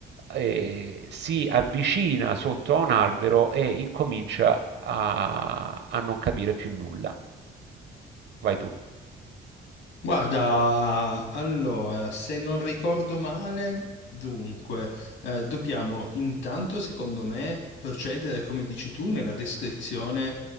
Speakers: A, on the right; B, on the left.
A: eh, si avvicina sotto a un albero e incomincia a, a non capire più nulla. Vai tu.
B: Guarda, allora, se non ricordo male, dunque, eh, dobbiamo intanto, secondo me, procedere, come dici tu, nella descrizione,